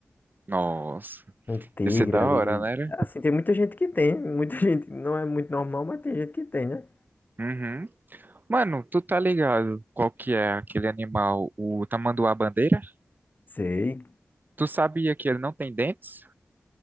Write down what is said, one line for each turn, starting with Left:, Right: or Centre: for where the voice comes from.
Right: Nossa,
Left: Um tigre
Right: ia ser da
Left: ali
Right: hora,
Left: de.
Right: né? né?
Left: Assim, tem muita gente que tem. Muita <laughs> gente, não é muito normal, mas tem gente que tem, né?
Right: Uhum. Mano, tu tá ligado qual que é aquele animal, o tamanduá-bandeira?
Left: Sei.
Right: Tu sabia que ele não tem dentes?